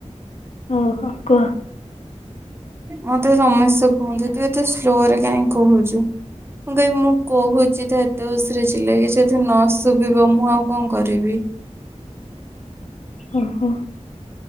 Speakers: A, on the left; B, on the right.
A: ଓ ହୋ କୁହ
B: ମତେ ସମସ୍ତେ କୁହନ୍ତି ତୁ ଏତେ ସ୍ଲୋ ରେ କାହିଁ କହୁଛୁ ମୁଁ କ ମୁଁ କହୁଛି ତ ରେ ଚିଲେ କି ଯଦି ନସ ଧିକ ମୁଁ ଆଉ କଣ କରିବି
A: ଓ ହୋ